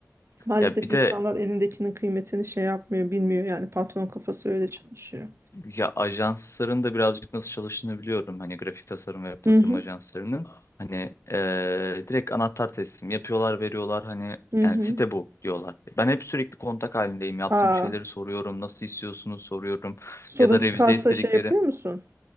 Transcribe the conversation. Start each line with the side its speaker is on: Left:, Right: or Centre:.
Right: Maalesef
Left: Ya bir
Right: insanlar
Left: de
Right: elindekinin kıymetini şey yapmıyor, bilmiyor yani patron kafası öyle çalışıyor.
Left: ya ajansların da birazcık nasıl çalıştığını biliyorum. Hani grafik tasarım ve tasarım
Right: Hı hı,
Left: ajanslarının. Hani eee, direkt anahtar teslim yapıyorlar, veriyorlar. Hani
Right: hı
Left: yani
Right: hı.
Left: site bu diyorlar. Ben hep sürekli kontak halindeyim. Yaptığım
Right: Aa,
Left: şeyleri soruyorum. Nasıl istiyorsunuz soruyorum.
Right: sorun
Left: Ya da
Right: çıkarsa
Left: revize istediklerini
Right: şey yapıyor musun?